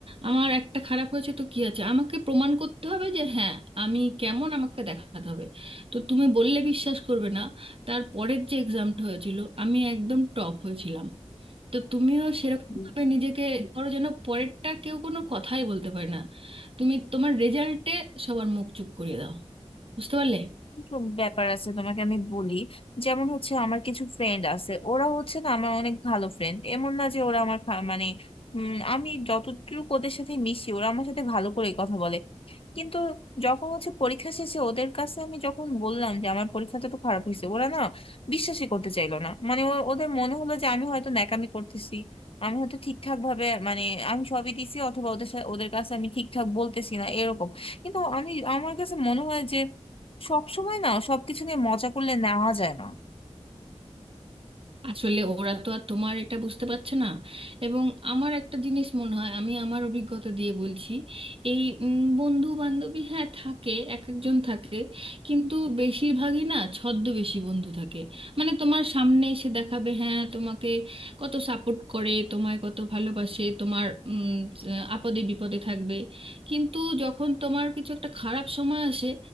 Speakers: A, on the right; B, on the left.
A: আমার একটা খারাপ হয়েছে তো কি আছে আমাকে প্রমাণ করতে হবে যে হ্যাঁ আমি কেমন আমাকে দেখাতে হবে তো তুমি বললে বিশ্বাস করবে না তার পরের যে এক্সামটা হয়েছিল আমি একদম টপ হয়েছিলাম তো তুমিও সেরকম
B: ও
A: ভাবে নিজেকে ধরো যেন পরেরটা কেউ কোনো কথাই বলতে পারে না তুমি তোমার রেজাল্টে সবার মুখ চুপ করিয়ে দাও বুঝতে পারলে
B: কিছু ব্যাপার আছে তোমাকে আমি বলি যেমন হচ্ছে আমার কিছু ফ্রেন্ড আছে ওরা হচ্ছে না আমার অনেক ভালো ফ্রেন্ড এমন না যে ওরা আমার খা- মানে উম, আমি যতটুকু ওদের সাথে মিশি ওরা আমার সাথে ভালো করে কথা বলে কিন্তু যখন হচ্ছে পরীক্ষা শেষে ওদের কাছে আমি যখন বললাম যে আমার পরীক্ষাটা তো খারাপ হয়েছে ওরা না বিশ্বাসই করতে চাইলো না মানে ও- ওদের মনে হলো যে আমি হয়তো ন্যাকামি করতেছি আমি হয়তো ঠিকঠাক ভাবে মানে আমি সবই দিছি অথবা ওদের সাথে ওদের কাছে আমি ঠিকঠাক বলতেছি না এরকম কিন্তু আমি আমার কাছে মনে হয় যে সব সময় না সবকিছু নিয়ে মজা করলে নেওয়া যায় না
A: আসলে ওরা তো আর তোমার এটা বুঝতে পারছে না এবং আমার একটা জিনিস মনে হয় আমি আমার অভিজ্ঞতা দিয়ে বলছি এই উম, বন্ধু বান্ধবী হ্যাঁ থাকে এক একজন থাকে কিন্তু বেশিরভাগই না ছদ্মবেশী বন্ধু থাকে মানে তোমার সামনে এসে দেখাবে হ্যাঁ তোমাকে কত সাপোর্ট করে তোমায় কত ভালোবাসে তোমার উম, আহ, আপদে বিপদে থাকবে কিন্তু যখন তোমার কিছু একটা খারাপ সময় আসে